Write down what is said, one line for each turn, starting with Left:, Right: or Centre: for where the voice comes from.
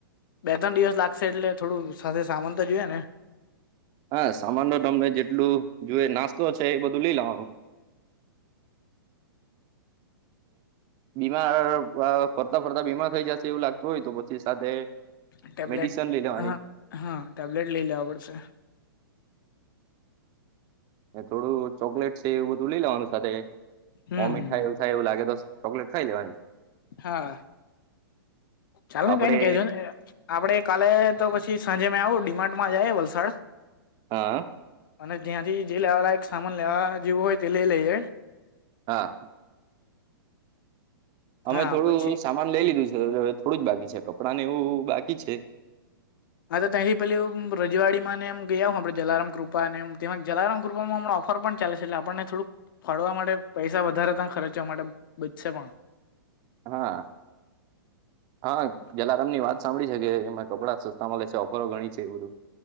Left: બે-ત્રણ દિવસ લાગશે એટલે થોડું સાથે સામાન તો જોઈએ ને.
Right: હા સામાન તમને જેટલું જોઇએ નાસ્તો છે એ બધું લઈ લેવાનું. બીમાર, ફરતા-ફરતા બીમાર થઈ જશે એવું લાગતું હોય તો પછી સાથે
Left: ટેબ્લેટ,
Right: મેડિસન લઈ લેવાની
Left: હા, હા ટેબ્લેટ લઈ લેવા પડશે.
Right: ને થોડું ચોકલેટ છે, એવું બધું લઈ લેવાનું સાથે
Left: હમ
Right: વોમિટ થાય એવુ ખાય એવું લાગે તોસ ચોકલેટ ખાઈ લેવાની
Left: હા, ચાલ
Right: તો
Left: ને
Right: આપડે
Left: કઈ નહી કેહેજો ને એ આપડે કાલે તો પછી સાંજે મે આવું ડી માટ માં જાયે વલસાડ.
Right: હા.
Left: અને જ્યાંથી જે લેવા લાયક એક સામાન લેવા જેવું હોય તે લઈ લઈએે.
Right: હા. અમે
Left: હા
Right: થોડું
Left: પછી
Right: સામાન લઈ લીધું છે અવે થોડું જ બાકી છે, કપડાં ને એવું બાકી છે.
Left: હા, તો ત્યાંથી પેલી હ રજવાડી ને એમ ગયા હું આપે જલારામ કૃપાને જલારામ કૃપામાં હમણા ઓ ફર પણ ચાલે છે એટલે આપણને થોડુંક ફાળવા માટે પૈસા વધારે ત ખર્ચવા માટે બચશે પણ.
Right: હા. હા, જલારામ ની વાત સાંભળી છે કે એમાં કપડા સસ્તા મળે છે ઓફરો ઘણી છે એ બધું.